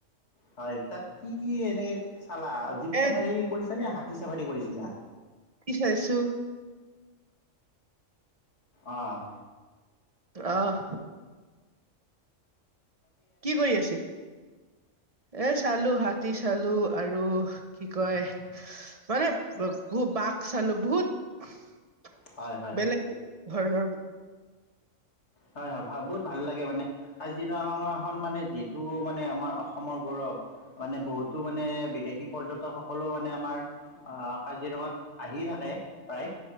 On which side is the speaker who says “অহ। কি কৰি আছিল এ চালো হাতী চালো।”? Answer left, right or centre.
Right